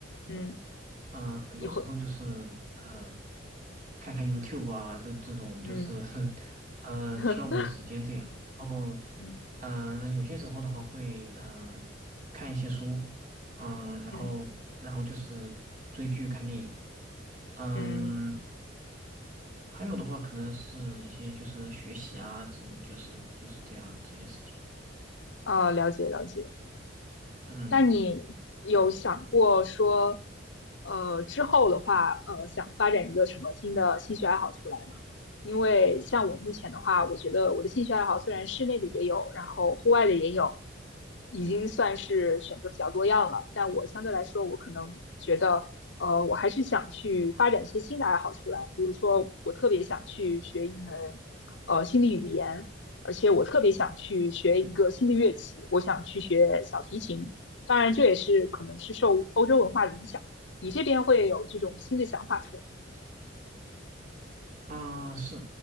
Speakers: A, on the left; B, on the right.
A: 嗯
B: 呃，很多时候就是
A: 你会，
B: 呃，看看 YouTube 啊，这这种就是
A: 嗯
B: <laughs> 呃消磨时间这样。
A: <laughs>
B: 然后，
A: 嗯
B: 嗯、有些时候的话会嗯呃看一些书，嗯、然后然后就是追剧、
A: 嗯
B: 看电影，嗯，
A: 嗯，
B: 还有的话可能是一些就是学习啊，这就是就是这样这些事情。
A: 呃，了解了解。
B: 嗯
A: 那你有想过说，呃，之后的话，呃，想发展一个什么新的兴趣爱好出来吗？因为像我目前的话，我觉得我的兴趣爱好虽然室内的也有，然后户外的也有，已经算是选择比较多样了。但我相对来说，我可能觉得，呃，我还是想去发展一些新的爱好出来。比如说，我特别想去学一门，呃，新的语言，而且我特别想去学一个新的乐器，我想去学小提琴。当然，这也是可能是受欧洲文化的影响，你这边会有这种新的想法出来。
B: 啊、是，